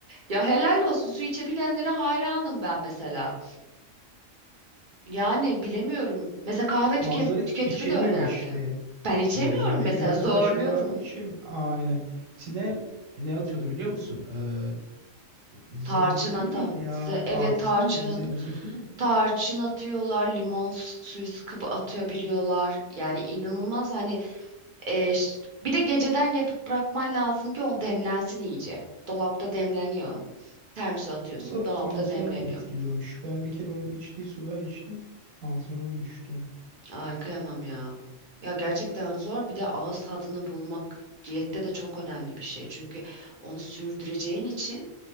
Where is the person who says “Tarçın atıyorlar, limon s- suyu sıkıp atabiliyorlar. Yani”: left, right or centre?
Right